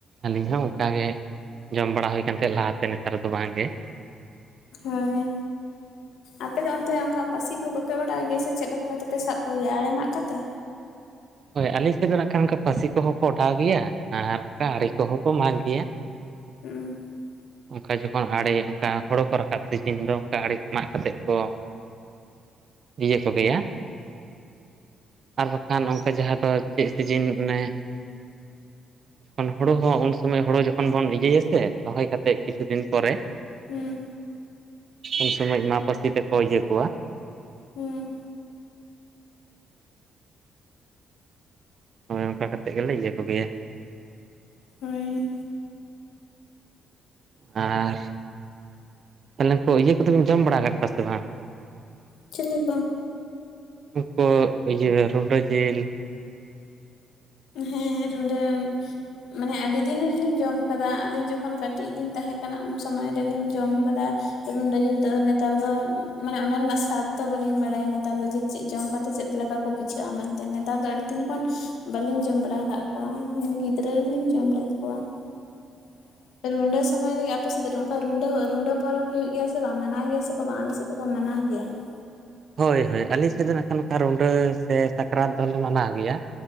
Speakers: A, on the right (about 50°); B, on the left (about 80°).
A: ᱟᱹᱞᱤᱧ ᱦᱚᱸ ᱚᱱᱠᱟᱜ ᱜᱮ ᱡᱚᱢ ᱵᱟᱲᱟ ᱦᱩᱭ ᱠᱟᱱᱛᱮ ᱞᱟᱦᱟᱛᱮ ᱱᱮᱛᱟᱨ ᱫᱚ ᱵᱟᱝ ᱜᱮ ᱾
B: ᱦᱚᱭ ᱾ ᱟᱯᱮ ᱫᱚ ᱚᱱᱛᱮ ᱚᱱᱠᱟ ᱯᱟᱥᱤ ᱠᱚ ᱵᱟᱯᱮ ᱚᱰᱟᱣ ᱜᱮᱭᱟ ᱥᱮ ᱪᱮᱫ ᱞᱮᱠᱟ ᱠᱟᱛᱮ ᱯᱮ ᱥᱟᱵ ᱠᱚᱜᱮᱭᱟ ᱟᱲᱮ ᱢᱟᱜ ᱠᱟᱛᱮ?
A: ᱦᱳᱭ, ᱟᱞᱤᱧ ᱥᱮᱫ ᱫᱚ ᱱᱟᱜ ᱠᱷᱟᱱ ᱚᱱᱠᱟ ᱯᱟᱥᱤ ᱠᱚᱦᱚᱸ ᱠᱚ ᱚᱰᱟᱣ ᱜᱮᱭᱟ ᱟᱨ ᱚᱱᱠᱟ ᱟᱲᱮ ᱠᱚᱦᱚᱸ ᱠᱚ ᱢᱟᱜᱽ ᱜᱮᱭᱟ ᱾
B: ᱦᱩᱸ ᱾
A: ᱚᱱᱠᱟ ᱡᱚᱠᱷᱚᱱ ᱟᱲᱮᱹ ᱚᱱᱠᱟ ᱦᱳᱲᱳ ᱠᱚ ᱨᱟᱠᱟᱵ ᱥᱤᱡᱤᱱ ᱫᱚ ᱚᱱᱠᱟ ᱟᱲᱮᱹ ᱠᱚ ᱢᱟᱜ ᱠᱟᱛᱮᱜ ᱠᱚ ᱤᱭᱟᱹ ᱠᱚᱜᱮᱭᱟ ᱟᱨ ᱵᱟᱠᱷᱟᱱ ᱱᱚ ᱡᱟᱦᱟ ᱫᱚ ᱪᱮᱫ ᱥᱤᱡᱤᱱ ᱚᱱᱮ
B: <inaudible> ᱪᱮᱫ ᱦᱚᱸ ᱵᱟᱹᱱᱩᱜ ᱟ ᱾
A: ᱡᱚᱠᱷᱚᱱ ᱦᱳᱲᱳ ᱦᱚᱸ ᱩᱱ ᱥᱩᱢᱚᱭ ᱦᱳᱲᱳ ᱡᱚᱠᱷᱚᱱ ᱵᱚᱱ ᱤᱭᱟᱹᱭᱟ ᱥᱮ ᱨᱚᱦᱚᱭ ᱠᱟᱛᱮᱜ ᱠᱤᱪᱷᱩ ᱫᱤᱱ ᱯᱚᱨᱮ
B: ᱦᱩᱸ ᱾
A: ᱩᱱ ᱥᱚᱢᱚᱡ ᱢᱟ ᱯᱟᱹᱥᱤ ᱛᱮᱠᱚ ᱤᱭᱟᱹ ᱠᱚᱣᱟ ᱾
B: ᱦᱩᱸ ᱾
A: ᱦᱳᱭ, ᱚᱝᱠᱟ ᱠᱟᱛᱮᱜ ᱜᱮᱞᱮ ᱤᱭᱟᱹ ᱠᱚᱜᱮᱭᱟ ᱾
B: ᱦᱳᱭ-ᱤᱝ ᱾
A: ᱟ-ᱨ‌-ᱨ-ᱜ ᱾ ᱱᱩᱠᱩ ᱤᱭᱟᱹ ᱠᱚᱫᱚᱵᱮᱱ ᱡᱚᱢ ᱵᱟᱲᱟ ᱟᱠᱟᱫ ᱠᱚᱣᱟ ᱥᱮ ᱵᱟᱝ?
B: ᱪᱤᱞᱤ ᱠᱚ?
A: ᱱᱩᱠᱩ ᱤᱭᱟᱹ ᱨᱩᱸᱰᱟᱹ ᱡᱮᱹᱞ ᱾
B: ᱦᱮᱸᱜ, ᱨᱩᱸᱰᱟ ᱢᱟᱱᱮ ᱟᱹᱰᱤ ᱫᱤᱱ ᱨᱮᱞᱤᱧ ᱡᱚᱢ ᱟᱠᱟᱫᱟ ᱟᱹᱞᱤᱧ ᱡᱚᱠᱷᱚᱱ ᱠᱟᱴᱤᱡ ᱞᱤᱧ ᱛᱟᱦᱮᱸ ᱠᱟᱱᱟ ᱩᱱ ᱥᱚᱢᱚᱭ ᱨᱮᱞᱤᱧ ᱡᱚᱢ ᱟᱠᱟᱫᱟ ᱾ ᱨᱩᱸᱰᱟᱹ ᱡᱮᱹᱞ ᱫᱚ ᱱᱮᱛᱟᱨ ᱫᱚ ᱩᱦ-ᱢᱟᱱᱮ ᱚᱱᱟ ᱨᱮᱱᱟᱜ ᱥᱟᱫᱽ ᱫᱚ ᱵᱟᱞᱤᱧ ᱵᱟᱲᱟᱭᱟ ᱱᱮᱛᱟᱨ ᱫᱚ ᱡᱮ ᱪᱮᱫ ᱡᱚᱢ ᱠᱟᱛᱮ ᱪᱮᱫ ᱞᱮᱠᱟ? ᱠᱚ ᱵᱩᱡᱷᱟᱹᱜ ᱟ ᱢᱮᱱᱛᱮ ᱱᱮᱛᱟᱨ ᱫᱚ ᱟᱹᱰᱤ ᱫᱤᱱ ᱠᱷᱚᱱ ᱵᱟᱞᱤᱧ ᱡᱚᱢ ᱵᱟᱲᱟ ᱟᱠᱟᱫ ᱠᱚᱣᱟ ᱜᱤᱫᱽᱨᱟᱹ ᱨᱮᱞᱤᱧ ᱡᱚᱢ ᱞᱮᱫ ᱠᱚᱣᱟ ᱾ <inaudible> ᱨᱚᱲ ᱟᱲᱟᱝ ᱫᱚ ᱵᱟᱝ ᱠᱟᱰᱟ ᱾ ᱨᱩᱸᱰᱟᱹ ᱥᱚᱢᱚᱭ ᱨᱮᱜᱮ ᱟᱯᱮᱥᱮᱫ ᱫᱚ ᱱᱚᱝᱠᱟ ᱨᱩᱸᱰᱟᱹ ᱨᱩᱸᱰᱟᱹ ᱯᱚᱨᱚᱵᱽ ᱦᱩ ᱭᱩᱜ ᱜᱮᱭᱟ ᱥᱮ ᱵᱟᱝ ᱢᱟᱱᱟᱣ ᱜᱮᱭᱟ ᱥᱮ ᱠᱚ ᱵᱟᱝ ᱟᱞᱮ ᱥᱮᱫ ᱫᱚᱠᱚ ᱢᱟᱱᱟᱣ ᱜᱮᱭᱟ ᱾
A: ᱦᱳᱭ ᱦᱳᱭ ᱟᱞᱤᱧ ᱥᱮᱫ ᱫᱚ ᱱᱟᱜᱠᱷᱟᱱ ᱚᱱᱠᱟ ᱨᱩᱸᱰᱟᱹ ᱥᱮ ᱥᱟᱠᱨᱟᱛ ᱫᱚᱞᱮ ᱢᱟᱱᱟᱣ ᱜᱮᱭᱟ